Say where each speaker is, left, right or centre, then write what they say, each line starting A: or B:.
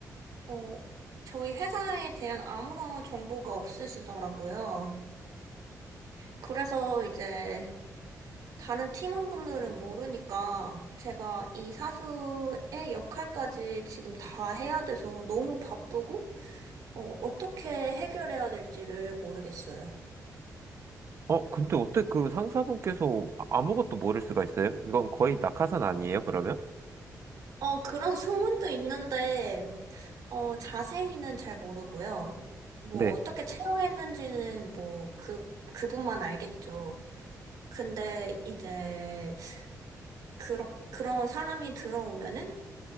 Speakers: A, on the right; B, on the right.
A: 어, 저희 회사에 대한 아무런 정보가 없으시더라고요. 그래서 이제, 다른 팀원분들은 모르니까 제가 이 사수의 역할까지 지금 다 해야 돼서 너무 바쁘고, 어, 어떻게 해결해야 될지를 모르겠어요.
B: 어, 근데 어떻게 그 상사분께서 아- 아무것도 모를 수가 있어요? 이건 거의 낙하산 아니에요, 그러면?
A: 어, 그런 소문도 있는데, 어, 자세히는 잘 모르고요. 뭐,
B: 네.
A: 어떻게 채용했는지는 뭐, 그, 그분만 알겠죠. 근데 이제, 그런, 그런 사람이 들어오면은